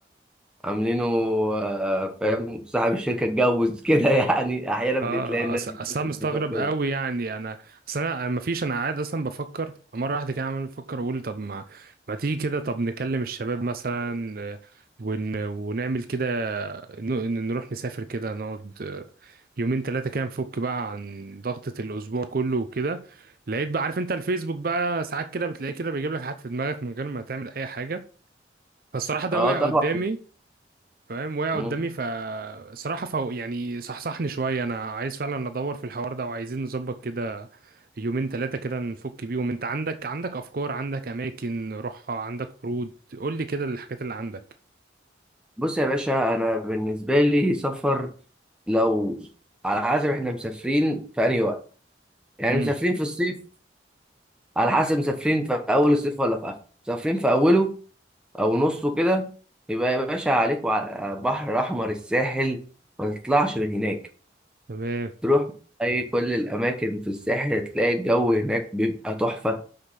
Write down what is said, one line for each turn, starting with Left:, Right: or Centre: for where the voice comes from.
Centre: عاملينه آه، فاهم صاحب الشركه اتجوز كده <laughs> يعني احيانا بتلاقي
Right: اه
Centre: الناس
Right: أص-
Centre: بتعمل
Right: اصل انا مستغرب
Centre: كده
Right: قوي يعني انا اصل انا ما فيش انا قاعد اصلا بفكر مره واحده كده عمال بفكر اقول طب ما ما تيجي كده طب نكلم الشباب مثلا آه، ون... ونعمل كده ن- نروح نسافر كده نقعد آه، يومين ثلاثة كده نفك بقى عن ضغطة الأسبوع كله وكده لقيت بقى عارف أنت الفيسبوك بقى ساعات كده بتلاقيه كده بيجيب لك حاجات في دماغك من غير ما تعمل أي حاجة فالصراحة ده
Centre: اه
Right: وقع
Centre: طبعا
Right: قدامي فاهم وقع
Centre: مم.
Right: قدامي فصراحة فهو يعني صحصحني شوية أنا عايز فعلا أدور في الحوار ده وعايزين نظبط كده يومين ثلاثة كده نفك بيهم أنت عندك عندك أفكار عندك أماكن روحها عندك عروض قول لي كده الحاجات اللي عندك
Centre: بص يا باشا انا بالنسبه لي سفر لو على حسب احنا مسافرين في انهي وقت يعني
Right: امم
Centre: مسافرين في الصيف على حسب مسافرين في اول الصيف ولا في اخره مسافرين في اوله او نصه كده يبقى يا باشا عليك وعلى بحر احمر الساحل ما تطلعش من هناك
Right: تمام
Centre: تروح اي كل الاماكن في الساحل تلاقي الجو هناك بيبقى تحفة